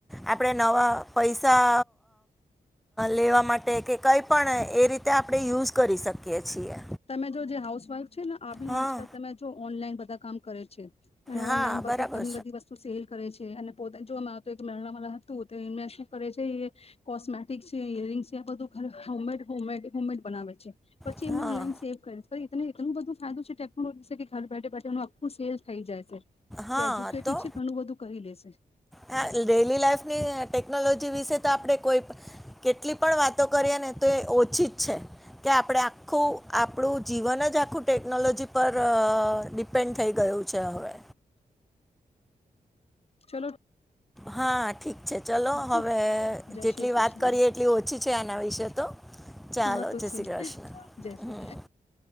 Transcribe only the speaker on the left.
તમે જો જે હાઉસવાઇફ છે ને આજકાલ
તમે જો ઓનલાઈન બધા કામ કરે છે અને
ઓનલાઈન બધું
ઘણી બધી વસ્તુ સેલ કરે છે અને પોતે જો મા તો મેરણા વાળા હતું તો એને શું કરે છે એ કોસ્મેટિક છે યરિંગ્ છે બધું ઘ હોમમેડ હોમમેડ હોમમેડ બનાવે છે પછી
એમને
ઓનલાઈન <unintelligible> ઇતને એટલુ બધું સાદું છે ટેકનોલોજી ઘર બેઠે બેઠે એનું આખું સેલ્સ થઈ જાય શે
એજ્યુકેટેડ
છે ઘણું બધું કરી લેશે.
ચલો.
છે જય
શ્રી કૃષ્ણ
હા તો
છે
જય
શ્રી